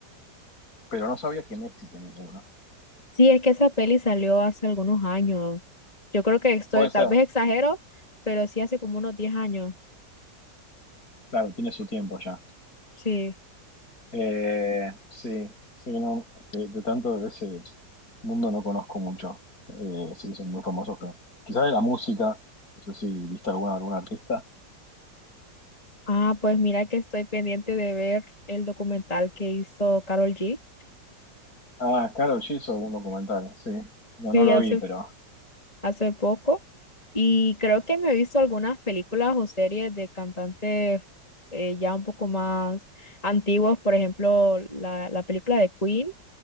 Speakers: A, on the left; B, on the left.
A: pero no sabía que Messi tenía uno.
B: Sí, es que esa peli salió hace algunos años. Yo creo que estoy,
A: Puede ser,
B: tal vez exagero, pero sí hace como unos diez años.
A: claro, tiene su tiempo ya.
B: Sí.
A: Eh, sí, sí, no, de, de tanto de ese mundo no conozco mucho. Eh, sí que son muy famosos, pero quizás de la música, no sé si viste alguna, algún artista.
B: Ah, pues mira que estoy pendiente de ver el documental que hizo Carol G.
A: Ah, Karol G hizo un documental, sí. No,
B: Sí,
A: no lo
B: hace,
A: vi, pero
B: hace poco. Y creo que me he visto algunas películas o series de cantantes eh, ya un poco más antiguos. Por ejemplo, la, la película de Queen